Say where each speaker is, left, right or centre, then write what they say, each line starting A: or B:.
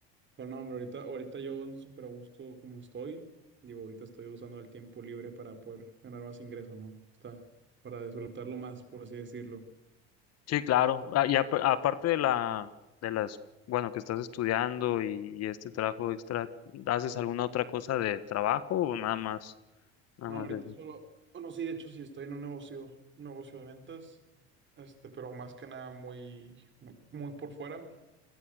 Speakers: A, on the right (about 35°); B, on the left (about 50°).
A: Pero no, hombre, ahorita, ahorita yo ando súper a gusto como estoy. Digo, ahorita estoy usando el tiempo libre para poder ganar más ingreso, ¿no? Está para disfrutarlo más, por así decirlo.
B: Sí, claro. Ah, Y apa- aparte de la, de las, bueno, que estás estudiando y, y este trabajo extra, ¿haces alguna otra cosa de trabajo o nada más, nada
A: No,
B: más
A: ahorita
B: de eso?
A: solo, bueno, sí, de hecho sí estoy en un negocio, un negocio de ventas, este, pero más que nada muy, muy, muy por fuera,